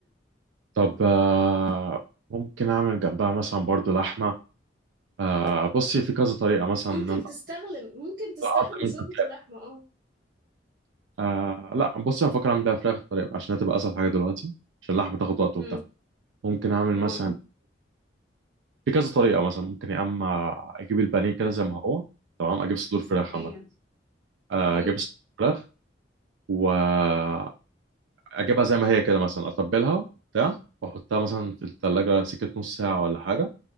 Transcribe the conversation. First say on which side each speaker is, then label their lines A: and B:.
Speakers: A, on the right (about 85°); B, on the right (about 60°).
A: طب آه، ممكن اعمل جنبها مثلا برضو لحمه آه، بصي في كذا طريقه مثلا
B: ممكن
A: ان انا
B: تستخدم ممكن تستخدم
A: لا أصلاً من
B: شوربة
A: الفراخ.
B: اللحمة اه
A: آه، لا بصي انا بفكر اعمل بيها فراخ طريقه عشان هتبقى اسهل حاجه دلوقتي عشان اللحمه تاخد وقت
B: امم
A: وبتاع ممكن اعمل
B: اه
A: مثلا في كذا طريقة مثلا ممكن يا اما اجيب البانيه كده زي ما هو تمام اجيب صدور فراخ
B: اوكي
A: عامة آه،
B: امم
A: اجيب صدور فراخ واجيبها زي ما هي كده مثلا اتبلها وبتاع واحطها مثلا في التلاجة سكة نص ساعة ولا حاجة